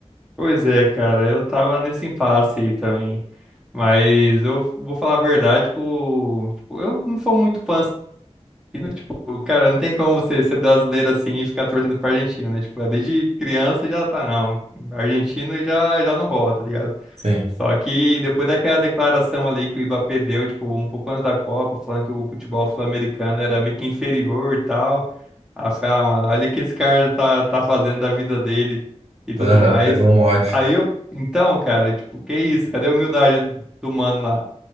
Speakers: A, in the centre; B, on the right.
A: Pois é, cara, eu tava nesse impasse aí também. Mas eu vou falar a verdade, que tipo, eu não sou muito fã assim, né? Tipo, cara, não tem como você ser brasileiro assim e ficar torcendo pra Argentina, né? Tipo, desde criança já tá, não. Argentino já, já não rola, tá ligado?
B: Sim.
A: Só que depois daquela declaração ali que o Mbappé deu, tipo, um pouco antes da Copa, falando que o futebol sul-americano era meio que inferior e tal. Aí eu falei, ah, mano, olha o que esse cara tá, tá fazendo da vida dele e tudo
B: Aham,
A: mais.
B: pegou um ódio.
A: Aí eu, então, cara, tipo, que isso? Cadê a humildade do do mano lá?